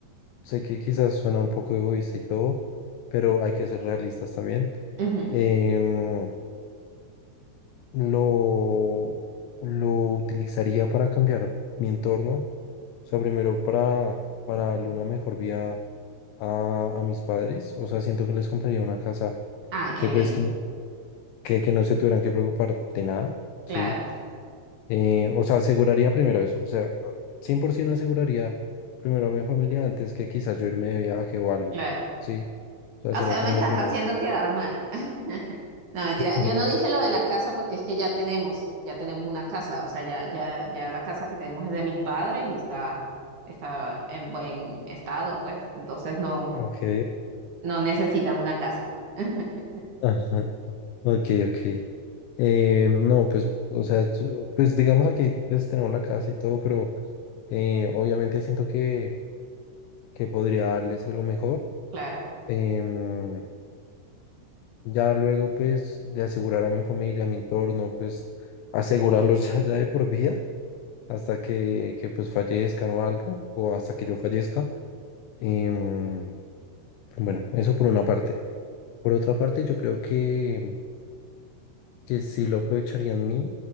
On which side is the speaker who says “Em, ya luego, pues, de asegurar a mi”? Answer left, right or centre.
Left